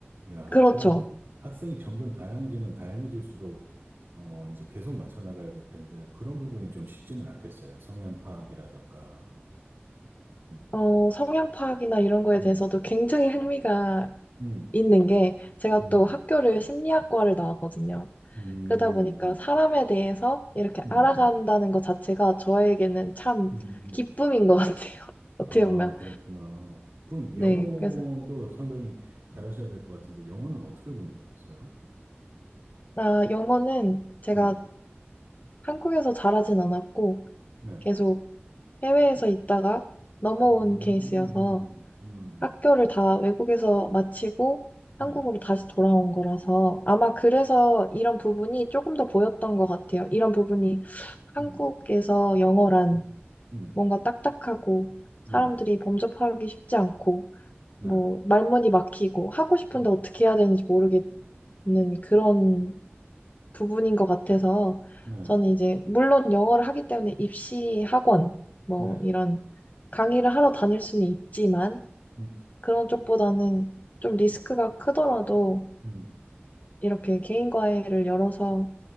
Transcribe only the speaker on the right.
야,
그럼 학- 학생이 점점 다양해지면 다양해질수록 어, 이제 계속 맞춰 나가야 될 텐데 그런 부분이 좀 쉽지는 않겠어요. 성향 파악이라든가 뭐. 음,
음,
음,
음,
음,
음,
음, 음,
음,
음, 음, 음.
아,
그렇구나. 그럼
영어도
상당히 잘하셔야 될 것 같은데, 영어는 어떻게 공부하셨어요?
네,
네.
음,
음, 음,
음,
네.
음,
음,
음, 음,
네,
네,
음,
네,
네,
음,
음,